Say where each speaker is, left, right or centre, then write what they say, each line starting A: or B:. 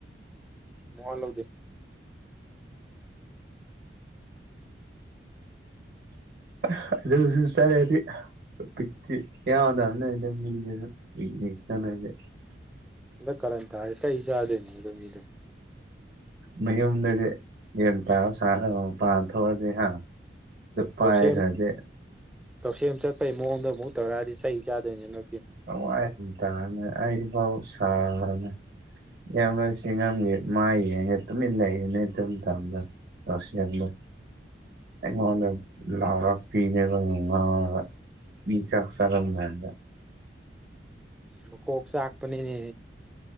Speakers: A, in the centre; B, on the right.
A: ꯃꯣꯟ ꯂꯧꯗ
B: ꯗꯤꯤ ꯋꯥꯦ
A: ꯀꯔ ꯇ ꯍꯥꯏꯁ ꯏꯖ ꯑꯗꯨꯗꯦꯅꯤ ꯑꯗꯨꯝꯦ
B: ꯃꯌꯨꯝꯗꯗꯤ ꯌꯦꯟꯇꯥꯥ ꯁꯥꯥꯟꯅꯕ ꯃ ꯄꯥꯟ ꯊꯣꯛꯣꯛꯑꯗꯤꯦ ꯍꯥ ꯄꯥ
A: ꯇꯧꯁꯦꯝ
B: ꯈꯗꯦ
A: ꯇꯧꯁꯦꯝ ꯆꯠꯄꯒꯤ ꯃꯑꯣꯡꯗ ꯑꯃꯨꯛ ꯇꯧꯔꯛꯑꯗꯤ ꯆꯩ ꯆꯥꯗꯣꯏꯅꯤꯅ
B: ꯑ ꯇꯕꯥꯎ ꯁꯥꯈ꯭ꯔꯅꯦ ꯏꯌꯥꯝꯕꯁ ꯉꯒꯤꯦ ꯃꯥ ꯌꯦꯡꯉꯒ ꯇꯨꯃꯤꯠ ꯂꯩꯔꯤꯅꯦ ꯑꯗꯨꯝ ꯊꯝꯕ ꯂꯧꯣꯁꯦꯜꯗ ꯑꯩꯉꯣꯟꯗ ꯂꯥꯎꯔꯄꯤꯤꯅꯕ ꯅꯨꯡ ꯉꯥꯎꯔꯒ ꯃꯤ ꯆꯥꯛ ꯆꯥꯔꯝꯗꯥꯗ
A: ꯃꯀꯣꯛ ꯆꯥꯛꯄꯅꯤꯅꯦ